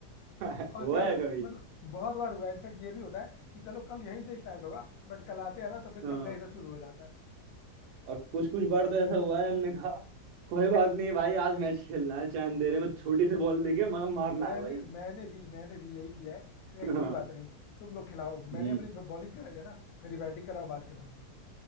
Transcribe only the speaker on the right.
<laughs>
हुआ
है कभी
हाँ
और कुछ कुछ बार तो ऐसा हुआ है हमने कहा कोई बात नहीं भाई आज मैच खेलना है चाहे अंधेरे में छोटी सी बॉल देखे मगर मारना
है भाई
<laughs>
हाँ
हम्म